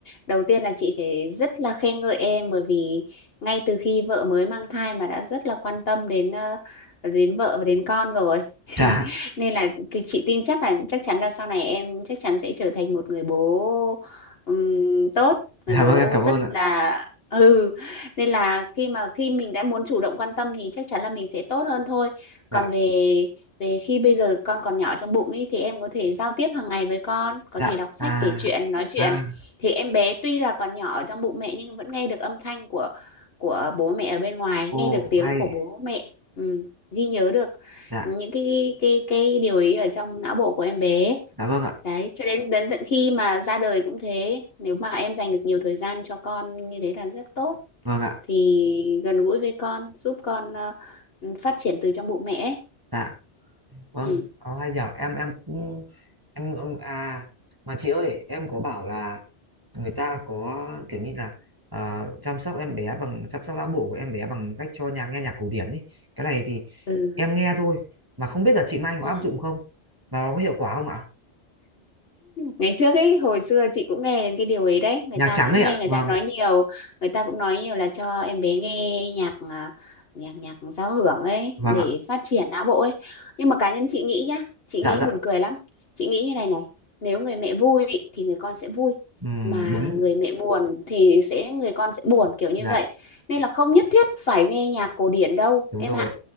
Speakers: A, on the left; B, on the right.
A: Đầu tiên là chị phải rất là khen ngợi em bởi vì ngay từ khi vợ mới mang thai mà đã rất là quan tâm đến ờ, đến vợ và đến con rồi. <laughs>
B: <laughs> dạ
A: Nên là thì chị tin chắc là chắc chắn là sau này em chắc chắn sẽ trở thành một người bố ừm, tốt, người
B: dạ
A: bố
B: vâng em cảm
A: rất
B: ơn ạ
A: là ừ nên là khi mà khi mình đã muốn chủ động quan tâm thì chắc chắn là mình sẽ tốt hơn thôi.
B: dạ
A: Còn về về khi bây giờ con còn nhỏ trong bụng ý, thì em có thể giao tiếp hàng ngày với con, có
B: dạ
A: thể đọc sách,
B: à
A: kể chuyện, nói chuyện
B: à
A: thì em bé tuy là còn nhỏ ở trong bụng mẹ nhưng vẫn nghe được âm thanh của của bố mẹ ở bên ngoài
B: ô
A: nghe được tiếng
B: hay
A: của bố mẹ ừ. ghi nhớ được
B: dạ
A: những cái cái cái cái điều ý ở trong não bộ của em bé
B: dạ vâng ạ
A: đấy cho đến đến tận khi mà ra đời cũng thế nếu mà em dành được nhiều thời gian cho con như thế là rất tốt
B: vâng ạ
A: thì gần gũi với con giúp con ờ, phát triển từ trong bụng mẹ ấy.
B: dạ vâng
A: ừ.
B: ờ, hay nhở em em cũng em, em à mà chị ơi em có bảo là người ta có kiểu như là ờ, chăm sóc em bé bằng chăm sóc não bộ của em bé bằng cách cho nhà nghe nhạc cổ điển ấy cái này thì
A: Ừ.
B: em nghe thôi mà không biết là chị Mai
A: Ừ.
B: có áp dụng không và nó có hiệu quả không ạ
A: ngày trước ấy hồi xưa chị cũng nghe đến cái điều ấy đấy người
B: nhạc
A: ta
B: trắng
A: cũng
B: ấy
A: nghe
B: ạ
A: người ta
B: vâng
A: nói nhiều người ta cũng nói nhiều là cho em bé nghe nhạc à, nhạc nhạc giao hưởng ấy
B: vâng
A: để
B: ạ
A: phát triển não bộ ấy nhưng mà cá nhân chị nghĩ nhá chị
B: dạ
A: nghĩ
B: dạ
A: buồn cười lắm chị nghĩ như này này nếu người mẹ vui ý, thì người con sẽ vui
B: Ừm,
A: mà
B: đúng
A: người mẹ buồn thì sẽ người con sẽ buồn kiểu như
B: dạ
A: vậy nên là không nhất thiết phải nghe nhạc cổ điển đâu
B: đúng
A: em
B: rồi
A: ạ